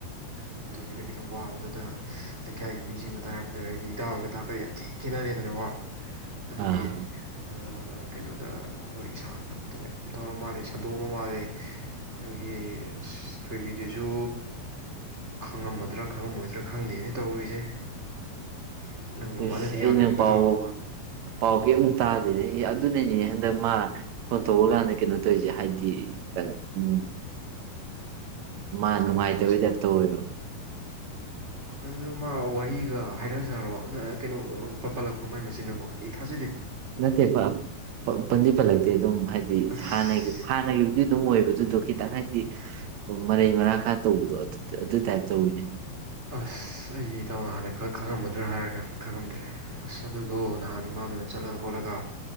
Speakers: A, on the right; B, on the right.
A: ꯎꯝ ꯊꯣꯏꯕꯤꯗꯣ ꯈꯤꯇꯪ ꯋꯥꯕꯗꯨꯗ ꯂꯩꯀꯥꯏꯒꯤ ꯃꯤꯁꯤꯡꯅ ꯇꯥꯔꯛ ꯑꯗꯨꯗ ꯍꯥꯏꯗꯤ ꯏꯇꯥꯎ ꯍꯣꯏꯒ ꯊꯥꯛꯇꯣ ꯌꯥꯝ ꯊꯤ ꯈꯦꯠꯅꯔꯦꯗꯅꯀꯣ ꯑꯗꯨꯒꯤ
B: ꯑꯥ
A: ꯑ ꯀꯩꯅꯣꯗ ꯋꯥꯔꯤ ꯁꯥꯗꯅ ꯈꯣꯠꯇꯅ ꯌꯥꯝ ꯇꯧꯔ ꯃꯥꯜꯂꯦ ꯁꯟꯗꯣꯛꯑꯃ ꯃꯥꯜꯂꯦ ꯑꯗꯨꯒꯤ ꯑ ꯊꯣꯏꯕꯤꯗꯨꯁꯨ ꯈꯪꯉꯝꯃꯗ꯭ꯔꯥ ꯈꯪꯉꯝꯃꯣꯏꯗ꯭ꯔꯥ ꯈꯪꯗꯦꯅ ꯇꯧꯔꯤꯁꯦ ꯅꯪ ꯃꯃꯥꯅꯗꯤ
B: ꯏꯁꯁ
A: ꯌꯥꯗꯃꯤꯀꯣ
B: ꯑꯩꯅ ꯄꯥꯎ
A: ꯏꯇꯥꯎ
B: ꯄꯥꯎ ꯀꯔꯤꯝꯇ ꯇꯥꯗꯦꯅꯦ ꯑꯦ ꯑꯗꯨꯅꯅꯦ ꯍꯟ ꯑꯗ ꯃꯥ ꯐꯣꯟ ꯇꯣꯛꯑ ꯀꯥꯟꯗ ꯀꯩꯅꯣ ꯇꯧꯔꯤꯁꯦ ꯍꯥꯏꯗꯤꯩꯅꯣ ꯎꯝ ꯃꯥ ꯅꯨꯡꯉꯥꯏꯇꯕꯩꯗ
A: ꯀꯩꯅꯣ ꯍꯥꯏꯁꯤꯕꯣ
B: ꯑꯦꯇ ꯑꯣꯏꯗꯣ
A: ꯑꯗꯨ ꯃꯥ ꯋꯥꯔꯤꯒ ꯍꯥꯏꯔꯛꯑꯖꯥꯔꯣ ꯅ ꯀꯩꯅꯣ ꯄ ꯄꯜꯂꯛꯄ꯭ꯔꯣ ꯃꯥꯏ ꯃꯆꯤꯟꯅꯕꯣ ꯏ ꯊꯥꯖ
B: ꯅꯠꯇꯦ ꯄꯟꯗꯤ ꯄꯜꯂꯛꯇꯦ ꯑꯗꯨꯝ ꯍꯥꯏꯗꯤ
A: ꯑꯁ
B: ꯍꯥꯟꯅꯒꯤ ꯍꯥꯟꯅꯒꯤꯕꯨꯗꯤ ꯑꯗꯨꯝ ꯑꯣꯏꯕꯗ ꯑꯗꯨꯗꯣ ꯈꯤꯇꯪ ꯍꯥꯏꯗꯤ ꯃꯔꯩ ꯃꯔꯥꯡ ꯈꯔ ꯇꯧꯕꯗꯣ ꯑꯗꯨ ꯇꯥꯏꯞ ꯇꯧꯋꯤꯅꯦ
A: ꯑꯁ ꯑꯩ ꯏꯇꯥꯎꯅ ꯍꯥꯟꯅꯛ ꯈꯔ ꯈꯪꯉꯝꯃꯗ꯭ꯔꯥ ꯍꯥꯏꯔꯒ ꯈꯪꯉꯝꯗ꯭ꯔꯦ ꯑꯁ ꯑꯗꯨꯗꯣ ꯅꯍꯥꯟ ꯏꯃꯥꯗꯨꯅ ꯆꯠꯂ ꯈꯣꯠꯂꯒ